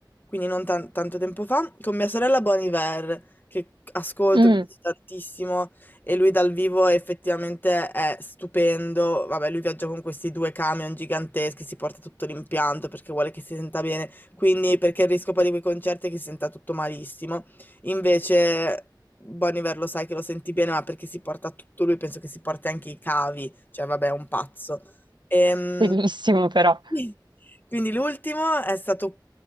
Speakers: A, on the left (about 25°); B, on the right (about 75°).
A: quindi non tan- tanto tempo fa, con mia sorella Bon Iver, che ascolto,
B: Mm,
A: mi piace tantissimo, e lui dal vivo effettivamente è stupendo. Vabbè, lui viaggia con questi due camion giganteschi, si porta tutto l'impianto perché vuole che si senta bene, quindi perché il rischio poi di quei concerti è che si senta tutto malissimo. Invece... Bon Iver lo sai che lo senti bene, ma perché si porta tutto lui, penso che si porti anche i cavi, cioè vabbè, è un pazzo. Ehm,
B: bellissimo però,
A: <laughs> Quindi l'ultimo è stato